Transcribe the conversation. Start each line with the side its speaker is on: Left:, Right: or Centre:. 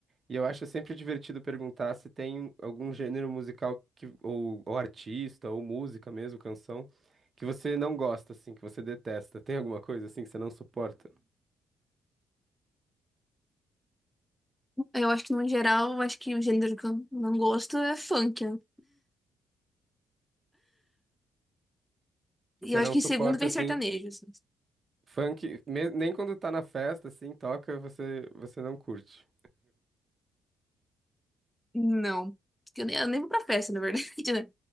Right: E eu acho sempre divertido perguntar se tem algum gênero musical que, ou, ou artista, ou música mesmo, canção, que você não gosta, assim, que você detesta. Tem alguma coisa, assim, que você não suporta?
Centre: Eu acho que, no geral, eu acho que o gênero que eu não gosto é funk, né? E
Right: Você
Centre: eu acho
Right: não
Centre: que em segundo
Right: suporta,
Centre: vem
Right: assim,
Centre: sertanejo, assim.
Right: funk, me- nem quando tá na festa, assim, toca, você, você não curte.
Centre: Não. Porque Eu nem, eu nem vou pra festa, na verdade, <laughs> né?